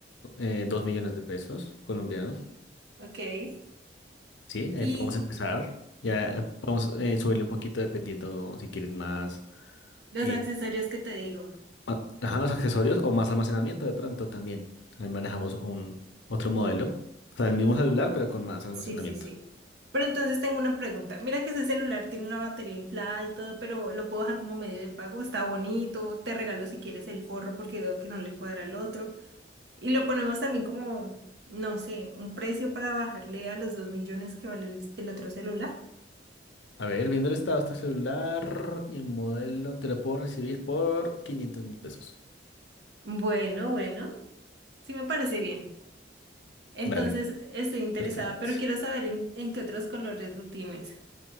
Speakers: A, on the left (about 80°); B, on the right (about 60°).
A: eh, 2 millones de pesos colombianos.
B: Ok. Y,
A: Sí, ahí
B: y
A: podemos empezar. Ya eh, podemos eh, subirle un poquito dependiendo si quieres más.
B: los
A: eh,
B: accesorios que te digo.
A: Ah, Ajá, los accesorios o más almacenamiento de pronto también. Ahí manejamos un otro modelo. O sea, el mismo celular, pero con más almacenamiento.
B: Sí, sí, sí. Pero entonces tengo una pregunta. Mira que ese celular tiene una batería inflada y todo, pero lo puedo dejar como medio de pago. Está bonito. Te regalo si quieres el forro porque veo que no le cuadra al otro. Y lo ponemos también como, no sé, un precio para bajarle a los dos millones que vale el, el otro celular.
A: A ver, viendo el estado de este celular y el modelo, te lo puedo recibir por quinientos mil pesos.
B: Bueno, bueno. Sí me parece bien. Entonces
A: Dale,
B: estoy interesada,
A: perfecto.
B: pero quiero saber en, en qué otros colores lo tienes.